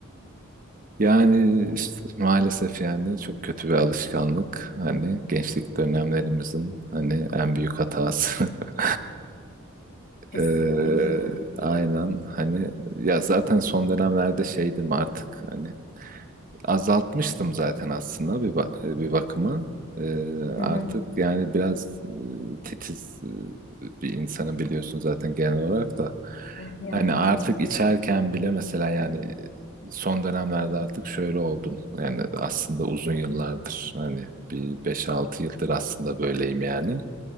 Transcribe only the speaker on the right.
Yani işte maalesef yani çok kötü bir alışkanlık. Hani gençlik dönemlerimizin hani en büyük hatası. <laughs>
Eee, aynen hani ya zaten son dönemlerde şeydim artık hani azaltmıştım zaten aslında bir, ba- bir bakıma. Ee,
artık
yani biraz e, titiz e, bir insanım biliyorsun zaten genel olarak da.
Hani
artık
içerken bile mesela yani e, son dönemlerde artık şöyle oldum. Yani aslında uzun yıllardır hani bir beş altı yıldır aslında böyleyim yani.